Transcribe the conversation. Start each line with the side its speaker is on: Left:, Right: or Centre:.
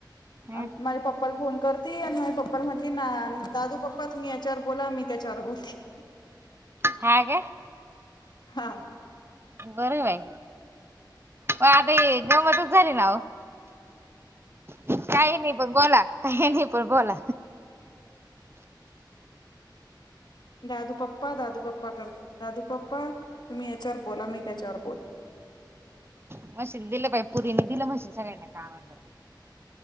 Right: हं.
Left: आणि माझ्या पप्पाला फोन करती आणि माझ पप्पाला म्हणती ना दादू पप्पा तुम्ही याच्यावर बोला मी त्याच्यावर बोलते
Right: हे
Left: हा
Right: बर बाई म आता गमतच झाली ना हो काही नाही पण बोला काही नाही पण बोला
Left: दादूप्पा दादूप्पा कर दादू पप्पा तुम्ही याच्यावर बोला मी त्याच्यावर बोल
Right: म्हश दिलं पाई पुरीने दिलं म्हश सगळ्यांना कालं